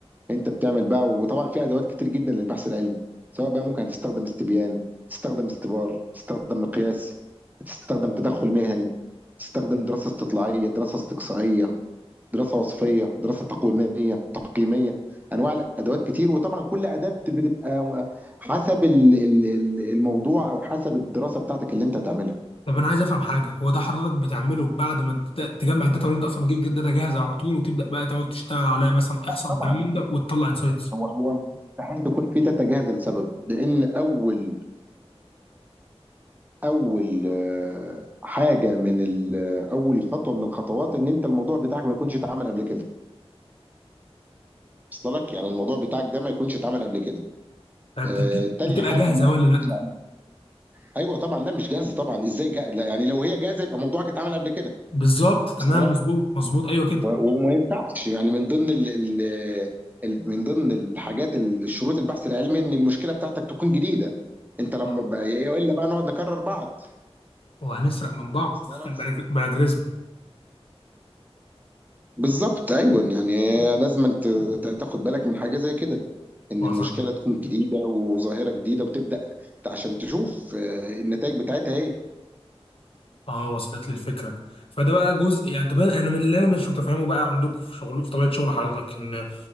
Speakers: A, on the right (about 15°); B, on the left (about 60°).
A: انت بتعمل بقى وطبعا في ادوات كتير جدا للبحث العلمي سواء بقى ممكن هتستخدم استبيان تستخدم استبار تستخدم مقياس تستخدم تدخل مهني تستخدم دراسة استطلاعية دراسة استقصائية دراسة وصفية دراسة تقويمية تقييمية انواع الادوات كتير وطبعا كل اداة بتبقى حسب ال- ال- ال- الموضوع او حسب الدراسة بتاعتك اللي انت هتعملها
B: طب انا عايز افهم حاجه هو ده حضرتك بتعمله بعد ما تبدأ تجمع الداتا ولا انت اصلا بتجيب داتا جاهزه على طول وتبدا بقى تقعد تشتغل عليها مثلا احصاء
A: طبعا
B: وكلام من ده وتطلع انسايتس
A: هو هو مستحيل يكون في داتا جاهزة لسبب لان اول اول آه، حاجه من ال- آه، اول خطوه من الخطوات ان انت الموضوع بتاعك ما يكونش اتعمل قبل كده وصل لك يعني الموضوع بتاعك ده ما يكونش اتعمل قبل كده
B: طب
A: آه،
B: بت-
A: تاني
B: بتبقى
A: حاجه
B: جاهزه ولا لا
A: يعني ايوه طبعا لا مش جاهزه طبعا ازاي جا... لا يعني لو هي جاهزه يبقى موضوعك اتعمل قبل كده
B: بالظبط تمام
A: وصل لك
B: مظبوط مظبوط ايوه كده
A: و- وما ينفعش يعني من ضمن ال... ال... ال- من ضمن الحاجات ال- شروط البحث العلمي ان المشكله بتاعتك تكون جديده انت لما
B: اه
A: بقى... الا بقى نقعد نكرر بعض
B: وهنسرق من بعض
A: وصل
B: <laughs> بلا
A: لك
B: بلا جريزمو
A: بالظبط ايوه يعني لازم أنت تاخد بالك من حاجه زي كده ان
B: وصل
A: المشكله تكون جديده وظاهره جديده وتبدا ت- عشان تشوف آه، النتائج بتاعتها ايه
B: اه وصلت لي الفكره فده بقى جزء يعني طب انا من اللي انا مش متفهمه بقى عندكم في شغل في طبيعه شغل حضرتك ان